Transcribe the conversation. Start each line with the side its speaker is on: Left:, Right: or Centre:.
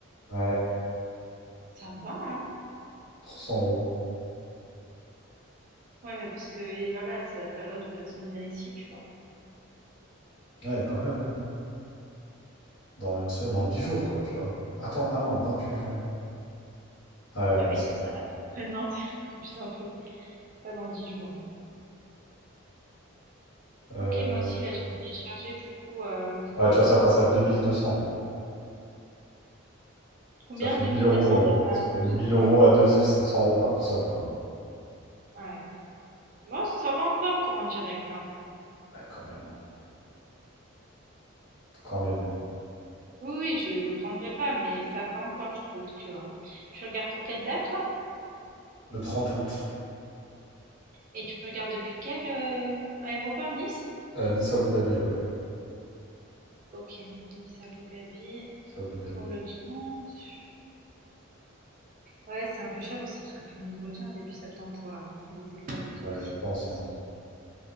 Left: Ouais,
Right: ça va, hein?
Left: Trois cents euros.
Right: Ouais, mais parce que et voilà, c'est la période où personne vient ici, tu vois.
Left: Ouais, quand même. hein. Dans une semaine, dans 10 jours, quoi, tu vois. Attends, ah non, 28 juin. Ouais,
Right: Bah
Left: ouais,
Right: oui,
Left: c'est
Right: c'est ça.
Left: vrai.
Right: Ah <laughs> ouais, non, t'abuses un peu. Pas dans 10 jours, non.
Left: Euh,
Right: Ok, moi aussi, là, j'ai téléchargé du coup. euh,
Left: Ouais, tu vois, ça passe à 2200. hein.
Right: combien?
Left: Ça fait
Right: deux
Left: 1000
Right: mille
Left: euros,
Right: deux cents
Left: euh,
Right: tu vois,
Left: ça
Right: le
Left: fait 1000
Right: double,
Left: euros
Right: quoi.
Left: à deux, ça fait 500 euros par personne, quoi.
Right: Ouais. Moi, ça va encore pour un direct, hein.
Left: Ouais, quand même, hein. Quand même.
Right: Oui, oui, je le prendrai pas, mais ça va encore, je trouve, tu vois. Tu regardes pour quelle date, toi?
Left: Le 30 août,
Right: Et tu regardes depuis quel euh, aéroport, Nice?
Left: euh, Nice Abu Dhabi, ouais.
Right: Ok, Nice à Abu Dhabi.
Left: Nice Abu Dhabi.
Right: Pour le trente Ouais, c'est un peu cher aussi parce que tout le monde revient début septembre pour la rentrée des écoles et tout
Left: Ouais,
Right: aussi,
Left: je pense.
Right: ici.
Left: hein.